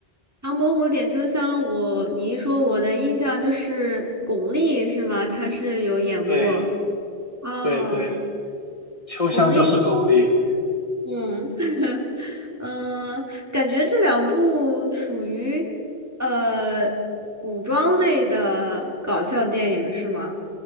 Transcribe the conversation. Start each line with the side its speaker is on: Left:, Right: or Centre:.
Right: 唐伯虎点秋香，我你一说，我的印象就是巩俐是吗？他是有演过
Left: 对
Right: 啊，
Left: 对对，秋香就是巩俐。
Right: 巩俐，嗯 <laughs> 嗯，感觉这两部属于呃古装类的搞笑电影是吗？